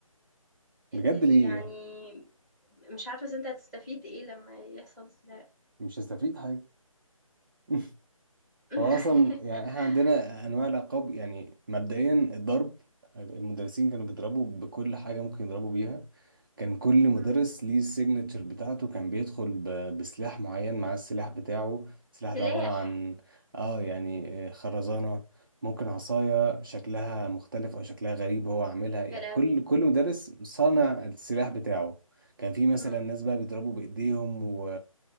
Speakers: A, on the right; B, in the centre.
A: بجد
B: آآ
A: ليه
B: يعني
A: يعني
B: مش عارفة أصل أنت هتستفيد إيه لمّا يحصل استدعاء.
A: مش هستفيد حاجه <laughs>
B: <laughs>
A: هو اصلا يعني احنا عندنا انواع العقاب يعني مبدئيا الضرب المدرسين كانوا بيضربوا بكل حاجه ممكن يضربوا بيها كان كل مدرس
B: إمم،
A: ليه السيجنتشر بتاعته كان بيدخل ب- بسلاح معين مع السلاح بتاعه السلاح
B: سلاح!
A: ده عباره عن اه يعني آه، خرزانه ممكن عصايه شكلها مختلف او شكلها غريب هو عاملها يعني
B: يا لهوي!
A: كل كل مدرس صانع السلاح بتاعه كان في مثلا
B: إمم،
A: ناس بقى بيضربوا بايديهم و...